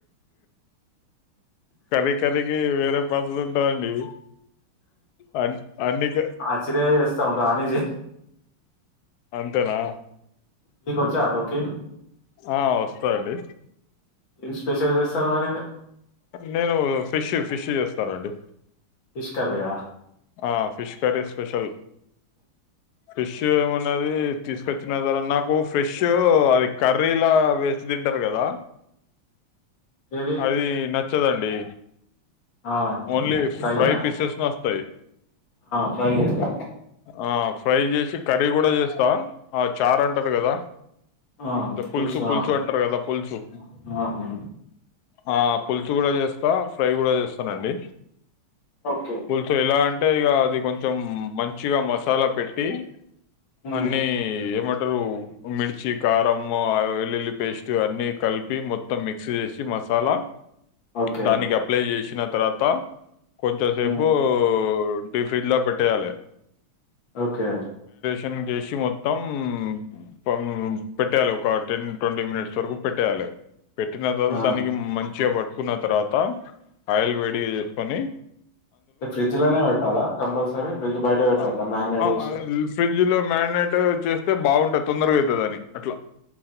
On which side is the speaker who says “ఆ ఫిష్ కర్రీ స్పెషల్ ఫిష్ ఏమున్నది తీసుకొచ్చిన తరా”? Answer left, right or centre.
Left